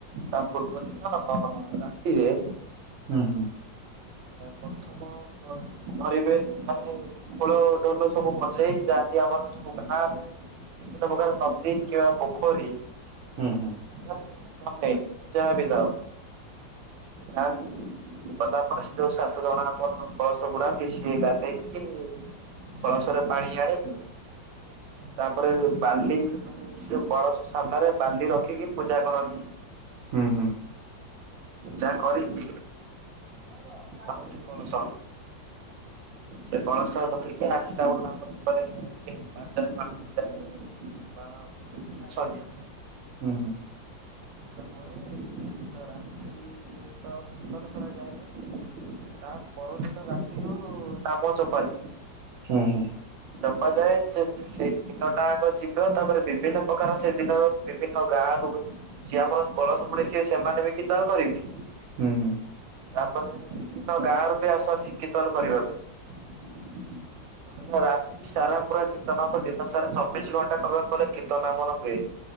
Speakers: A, on the right; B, on the right.
A: ତା ପୂର୍ବ ଦିନ ରାତିରେ
B: ହୁଁ ହୁଁ।
A: ପ୍ରଥମ ଧରିବେ ମାନେ ଖୋଳ ଢୋଲ ସବୁ ବଜେଇ ଯାଆ କି ଆମର ଯୋଉ ବାହାରେ, ବିଭିନ୍ନ ପ୍ରକାର ନଦୀ କିମ୍ବା ପୋଖରୀ
B: ହୁଁ ହୁଁ ହୁଁ
A: ନା ନଦୀ ଯାହା ବି ଥାଉ। ଯାଆନ୍ତି। ଗଲା ପରେ ସେ ସାତ ସାତ ଜଣ ଆମର କଳସ ବୁଡ଼ାନ୍ତି ସିଏ ଗାଧେଇକି କଳସରେ ପାଣି ଆଣିକି ତାପରେ ବାଲି ମାନେ ସେ ଯୋଉ କଳସ ସାମ୍ନାରେ ବାଲି ରଖିକି ପୂଜା କରନ୍ତି।
B: ହୁଁ ହୁଁ।
A: ଯାହା କରିକି
B: <inaudible>
A: ଧରନ୍ତି କଳସ, ସେ କଳସ ଧରି ସେ ଆସିଲା ବେଳୁ ଆମର ଏକରେ-' ବାଜା ବାଣ ବି ଯାଏ ବାଣ ଫୁଟେଇକି ଆସନ୍ତି।
B: ହୁଁ ହୁଁ।
A: ଆସିଲା ପରେ ସେଇଦିନ ରାତି ତ କୀର୍ତ୍ତନ କରାଯାଏନି ତା ପରଦିନ ରାତିରୁ, ନାମ ଚପା
B: ହୁଁ ହୁଁ।
A: ଜପ ଯାଏ। ସେ-ସେଇ ଦିନ ଟା ଙ୍କ ଯିବ। ତାପରେ ବିଭିନ୍ନ ପ୍ରକାର ସେଦିନ ବିଭିନ୍ନ ଗାଁରୁ ଯିଏ ଆମର କଳସ ବୁଡେଇଥିବେ ସେମାନେ ବି କୀର୍ତ୍ତନ କରିବେ
B: ହୁଁ ହୁଁ।
A: ତାପରେ ବିଭିନ୍ନ ଗାଁରୁ ବି ଆସନ୍ତି କୀର୍ତ୍ତନ କରିବା ପାଇଁ। ଟୋଟାଲ୍ ରାତି ସାରା ପୁରା କୀର୍ତନ ହବ, ଦିନ ସାରା ଚବିସ୍ ଘଣ୍ଟା କହିବାକୁ ଗଲେ କୀର୍ତ୍ତନ ଆମର ହୁଏ।